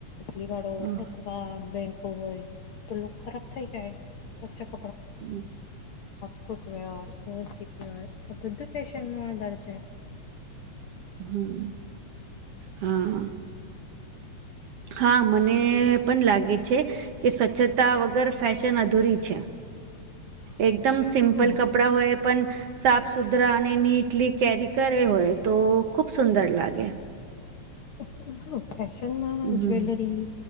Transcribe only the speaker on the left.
લી વાળો
અથવા બેનકો હોય તો ખરાબ થઈ જાય સ્વચ્છ. <unintelligible>
ફૂટવેર વ્યવસ્થિત. આ બધું ફેશનનો આધાર છે.
હા
ઓ <unintelligible> હ, ફેશનમાં
જ્વેલરી